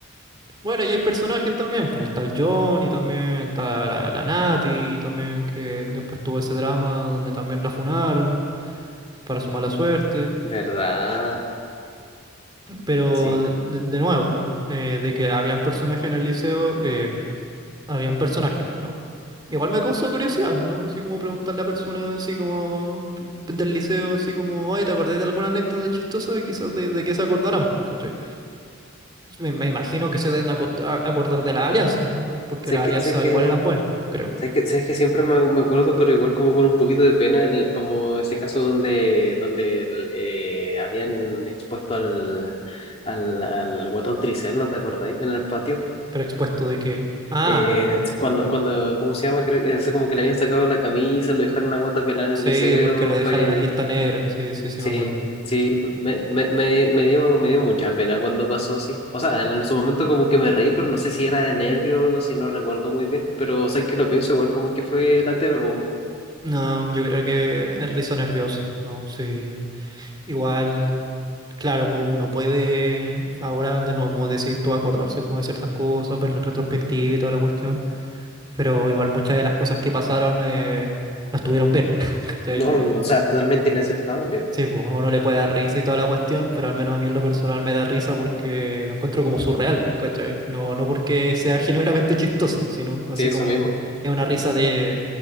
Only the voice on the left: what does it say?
¿Verdad?
Sí.
Sé
que,
sé que,
sé que, sé que siempre me, me acuerdo, pero igual como con un poquito de pena, el- como ese caso donde, donde el, eh, habían expuesto al, al, al guatón Tricerno, ¿te acordáis? En el patio.
Eh, cuando, cuando, ¿cómo se llama? Creo, que- o sea, como que le habían sacado la camisa, lo dejaron a guata pelada
en el liceo,
fue...
Sí,
sí, me, me, me, me dio, me dio mucha pena cuando pasó, sí. O sea, en su momento como que me reí, pero no sé si era de nervio o algo así, no recuerdo muy bien. Pero, o sea, es que lo pienso igual como que fue latero.
No, no, o sea, totalmente inaceptable.
Sí, eso
mismo.